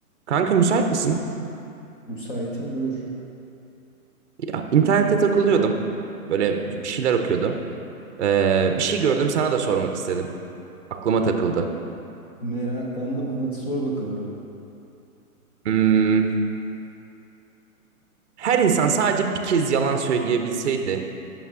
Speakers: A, on the right; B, on the left.
A: Kanka müsait misin?
B: Müsaitim buyur.
A: Ya, internette takılıyordum. Böyle bir şeyler okuyordum. Ee, bir şey gördüm sana da sormak istedim. Aklıma takıldı.
B: Meraklandım. Hadi sor bakalım.
A: Hmm, her insan sadece bir kez yalan söyleyebilseydi